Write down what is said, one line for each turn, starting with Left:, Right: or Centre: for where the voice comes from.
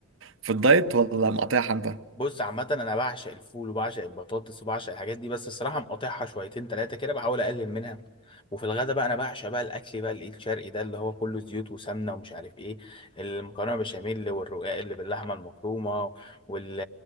Right: في الدايت ولا مقاطعها انت
Left: بص عامة أنا بعشق الفول وبعشق البطاطس وبعشق الحاجات دي بس الصراحة مقاطعها شويتين تلاتة كده بحاول أقلل منها وفي الغدا بقى أنا بعشق بقى الأكل بقى الإيد الشرقي ده اللي هو كله زيوت وسمنة ومش عارف إيه المكرونة بشاميل والرقاق اللي باللحمة المفرومة وال...